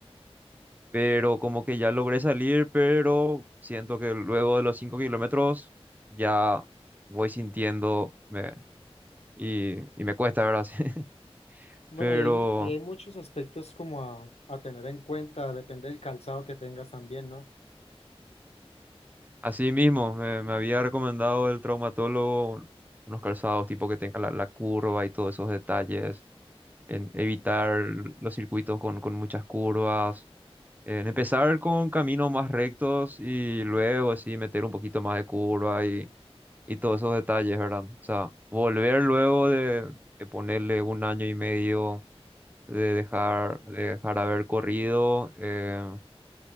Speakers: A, on the right; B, on the left.
A: pero como que ya logré salir, pero siento que luego de los 5 kilómetros ya voy sintiendo me- y, y me cuesta, ¿verdad? <laughs>
B: Bueno,
A: Pero
B: ahí hay, mu- ahí hay muchos aspectos como a, a tener en cuenta, depende del calzado que tengas también, ¿no?
A: así mismo, me, me había recomendado el traumatólogo unos calzados tipo que tenga la, la curva y todos esos detalles, en evitar los circuitos con, con muchas curvas en empezar con caminos más rectos y luego así meter un poquito más de curva y, y todos esos detalles, ¿verdad? O sea, volver luego de, de ponerle un año y medio de dejar, de dejar haber corrido, eh,